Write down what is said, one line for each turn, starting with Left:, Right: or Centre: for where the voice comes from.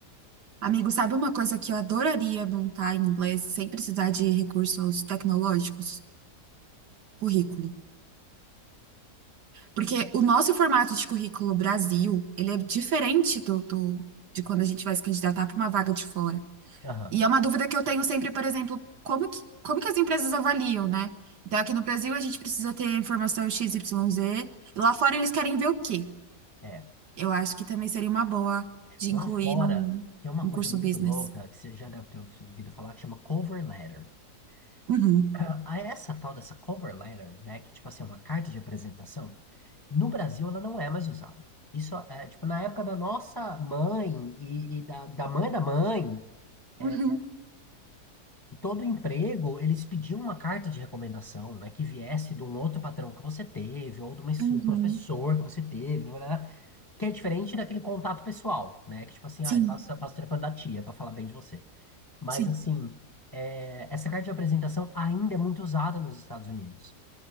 Right: Amigo, sabe uma coisa que eu adoraria montar em inglês sem precisar de recursos tecnológicos? Currículo. Porque o nosso formato de currículo Brasil, ele é diferente do, do- de quando a gente vai se candidatar para uma vaga de fora.
Left: Aham,
Right: E é uma dúvida que eu tenho sempre, por exemplo, como que, como que as empresas avaliam, né? Então, aqui no Brasil, a gente precisa ter a informação XYZ. Lá fora, eles querem ver o quê?
Left: é.
Right: Eu acho que também seria uma boa de
Left: Lá
Right: incluir
Left: fora,
Right: num,
Left: tem uma
Right: num
Left: coisa
Right: curso
Left: muito
Right: business.
Left: louca que você já deve ter ouvido falar que chama cover letter.
Right: Uhum,
Left: <clears throat> A essa tal dessa cover letter, né, que tipo assim, é uma carta de apresentação, no Brasil ela não é mais usada. Isso é, tipo, na época da nossa mãe e, e da, da mãe da mãe, é,
Right: uhum,
Left: em todo emprego, eles pediam uma carta de recomendação, né, que viesse de um outro patrão que você teve, ou de uma, de
Right: uhum.
Left: um professor que você teve, né, que é diferente daquele contato pessoal, né, que tipo assim,
Right: Sim.
Left: ah, passa, passa o telefone da tia para falar bem de você. Mas,
Right: Sim.
Left: assim, é, essa carta de apresentação ainda é muito usada nos Estados Unidos,